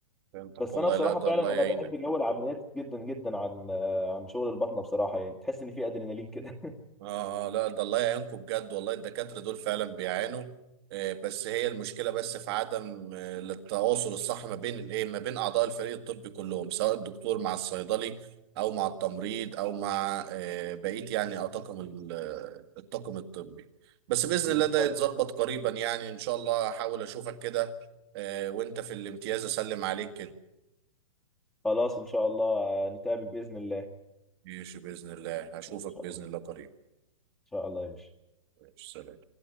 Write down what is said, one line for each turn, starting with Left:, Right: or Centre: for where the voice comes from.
Right: فهمتك
Centre: بس
Right: والله
Centre: انا بصراحه
Right: لا ده
Centre: فعلا
Right: الله يعينك
Centre: انا بحب جو العمليات جدا جدا عن آه، عن شغل البطنه بصراحه يعني تحس ان في ادرينالين كده
Right: آه آه، لا ده الله يعينكم بجد والله الدكاترة دول فعلا بيعانوا آه، بس هي المشكلة بس في عدم آه، التواصل الصح ما بين الايه ما بين أعضاء الفريق الطبي كلهم سواء الدكتور مع الصيدلي أو مع التمريض أو مع آه، بقية يعني الطاقم ال- آه، الطاقم الطبي بس بإذن
Centre: <laughs> بالظبط
Right: الله ده يتظبط قريبا يعني إن شاء الله هحاول أشوفك كده آه، وأنت في الامتياز أسلم عليك كده
Centre: خلاص ان شاء الله آه، نتقابل باذن الله ان
Right: ماشي بإذن الله هشوفك
Centre: شاء
Right: بإذن
Centre: الله
Right: الله قريبا
Centre: ان شاء الله يا باشا
Right: ماشي سلام